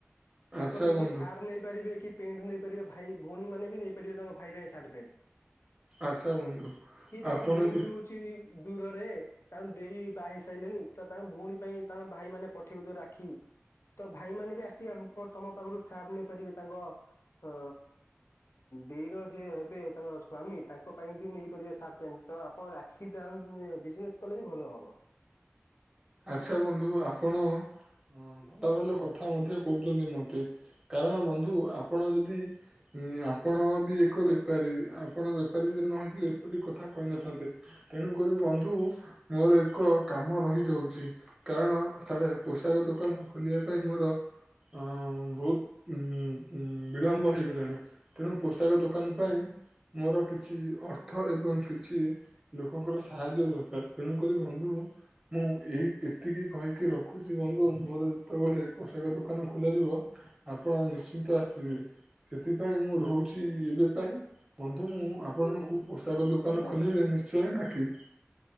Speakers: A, on the left; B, on the right.
A: ତାଙ୍କ
B: ଆଚ୍ଛା
A: ପାଇଁ
B: ବନ୍ଧୁ
A: କି ସାର୍ଟ ନେଇ ପାରିବେ କି? ପେଣ୍ଟ ନେଇପାରିବେ ଭାଇ ଭଉଣୀ ମାନେ ବି ନେଇପାରିବେ ତାଙ୍କ ଭାଇ ପାଇଁ ସାର୍ଟ, ପ୍ୟାଣ୍ଟ।
B: ଆଚ୍ଛା ବନ୍ଧୁ
A: ଇ ତାଙ୍କ
B: ଆପଣ
A: ଭଉଣୀ
B: ବି
A: ରହୁଛି। ଦୂରରେ ତାଙ୍କ ଦେଇ ବାହାହେଇ ସାଇଲେଣି ତ ତାଙ୍କ ଭଉଣୀ ପାଇଁ ତାଙ୍କ ଭାଇମାନେ ପଠେଇବେ ଯୋଉଁ ରାକ୍ଷୀ। ତ ଭାଇମାନେ ବି ଆସିକି ତମ ପାଖରୁ ସାର୍ଟ ନେଇପାରିବେ। ତାଙ୍କ ଅ ଦେଇର ଯିଏ ହେବେ, ତାଙ୍କର ସ୍ଵାମୀ ତାଙ୍କ ପାଇଁ ବି ନେଇପାରିବେ ସାର୍ଟ ପ୍ୟାଣ୍ଟ। ତ ଆପଣ ରାକ୍ଷୀ ବ୍ୟା ବିଜନେସ କଲେ ବି ଭଲ ହବ।
B: ଆଚ୍ଛା ବନ୍ଧୁ ଆପଣ ହଁ ଭଲ ଭଲ କଥା ମଧ୍ୟ କହୁଛନ୍ତି ମତେ କାରଣ ବନ୍ଧୁ ଆପଣ ଯଦି ଁ ଆପଣ ବି ଏକ ବେପାରୀ ଆପଣ ବେପାରୀ ଯଦି ନ ହେଇଥିଲେ ଏପରି କଥା କହିନଥାନ୍ତେ। ତେଣୁକ ବନ୍ଧୁ ମୋର ଏକ କାମ ରହିଯାଉଛି। କାରଣ ସାଡେ ପୋଷାକ ଦୋକାନ ଖୋଲିବା ପାଇଁ ମୋର ଅ ବହୁତ ଉ ବିଳମ୍ବ ହେଇଗଲାଣି ତେଣୁ ପୋଷାକ ଦୋକାନ ପାଇଁ ମୋର କିଛି ଅର୍ଥ ଏବଂ କିଛି ଲୋକଙ୍କର ସାହାଯ୍ୟ ଦରକାର ତେଣୁକରି ବନ୍ଧୁ। ମୁଁ। ଏଇ ଏତିକି କହିକି ରଖୁଛି ବନ୍ଧୁ ମୋର ଯେତେବେଳେ ପୋଷାକ ଦୋକାନ ଖୋଲାଯିବ ଆ ଆପଣ ନିଶ୍ଚିନ୍ତ ଆସିବେ ସେଥିପାଇଁ ମୁଁ ରହୁଛି ଏବେ ପାଇଁ ବନ୍ଧୁ ମୁଁ ଆପଣଙ୍କୁ
A: ଠିକ ଅଛି।
B: ପୋଷାକ ଦୋକାନ
A: ବନ୍ଧୁ
B: ଖୋଲିବେ ନିଶ୍ଚୟ ଡାକିବି।